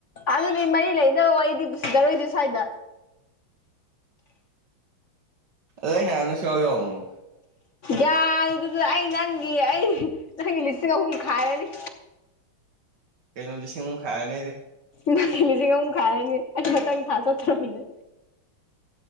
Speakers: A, on the left; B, on the right.
A: ꯑꯗꯨꯗꯤ ꯃꯔꯤ ꯂꯩꯅꯕ ꯋꯥꯔꯤꯗꯤ ꯄꯨꯁꯤꯔꯣꯏꯁꯦ ꯁ꯭ꯋꯥꯏꯗ
B: ꯑꯏꯅꯦꯅ ꯁꯕ ꯋꯥꯉꯣ
A: ꯌꯥꯏꯗꯨꯗ ꯑꯩ ꯅꯪꯒꯤ ꯑꯩ ꯅꯪꯒꯤ ꯂꯤꯁꯤꯡ ꯑꯍꯨꯝ ꯈꯥꯏꯔꯅꯤ
B: ꯀꯩꯅꯣ ꯂꯤꯁꯤꯡꯃꯨꯛꯈꯥꯏꯔꯅꯤꯗꯤ
A: ꯅꯊ ꯂꯤꯁꯤꯡ ꯑꯨꯝꯛ ꯈꯥꯏꯔꯅꯤ ꯑꯩ ꯃꯊꯪ ꯊꯥ ꯆꯠꯊ꯭ꯔꯕꯅꯦ